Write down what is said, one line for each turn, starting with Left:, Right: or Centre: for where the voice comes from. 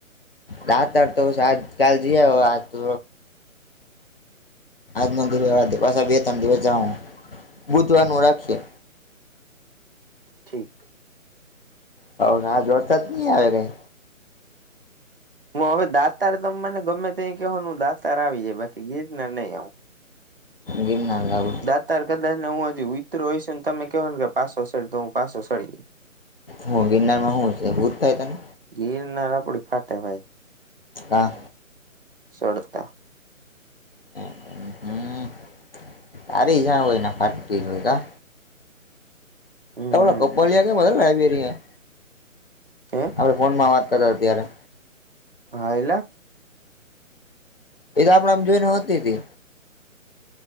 Left: તારા તો આજ કાલ જઈ આયો? આજ તો આજ નો
Right: હમ
Left: વાર. પાછા બે-ત્રણ દિવસ જાવું, બુધવાર નું રાખીએ.
Right: ઠીક.
Left: હ, હા! જોડતા જ નહી આવે કઈ.
Right: હું હવે દાતાર. તો મને ગમે તે કહેવાનું, દાતાર આવી જાય, બાકી ગિરનાર ને નહીં આવ.
Left: ગિરનાર જાઉં હે.
Right: દાતાર કદાચ ને હું હજુ વિતરો હોય છું ને, તમે કહો ને કે પાછો સડી તો હું પાછો સડી.
Left: હ, ગિરનારમાં શું છે? હું થાય તને.
Right: ગીરનાર આપડી ફાટે, ભાઈ.
Left: ના.
Right: શોધતા.
Left: હમ્મ, તારી જ જ્યાં હોયને ત્યાં ફાટતી હોય.
Right: હમ
Left: આ બધા કપલિયા કે જો બધા લાગેરિયા.
Right: હે.
Left: આપણે ફોનમાં વાત કરતા ત્યારે.
Right: હા, એલા.
Left: એ તો આપણે આમ જોઈને હોતી.